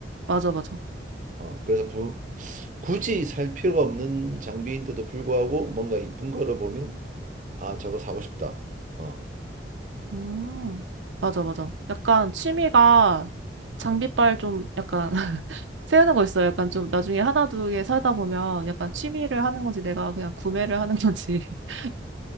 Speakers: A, on the right; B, on the right.
A: 맞아 맞아.
B: 어, 그래서 부, 굳이 살 필요가 없는 장비인데도 불구하고 뭔가 이쁜 거를 보면 아, 저거 사고 싶다. 어,
A: 음 맞아
B: 음,
A: 맞아. 약간 취미가 장비빨 좀 약간 <laughs> 세우는 거 있어요. 약간 좀 나중에 하나 두 개 사다 보면 약간 취미를 하는 건지 내가 그냥 구매를 하는 건지 <laughs>